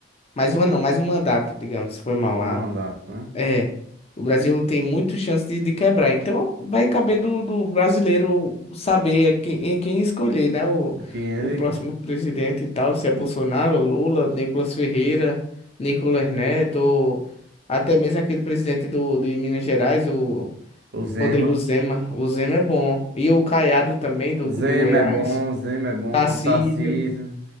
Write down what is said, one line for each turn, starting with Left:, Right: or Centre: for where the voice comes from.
Left: Mais um ano não, mais um mandato, digamos, foi mal,
Right: Mais um mandato, né?
Left: é, o Brasil tem muito chance de, de quebrar. Então, vai caber do, do brasileiro saber a quem, em quem escolher, né? O,
Right: Que eles,
Left: o próximo presidente e tal, se é Bolsonaro, Lula, Nicolas Ferreira, Nicolas Neto, ou até mesmo aquele presidente do, de Minas Gerais, o
Right: o Zema,
Left: Rodrigo Zema. O Zema é bom. E o Caiado também, do,
Right: Zema
Left: do Goiás.
Right: é bom, Zema é bom,
Left: Tarcísio.
Right: Tarcísio,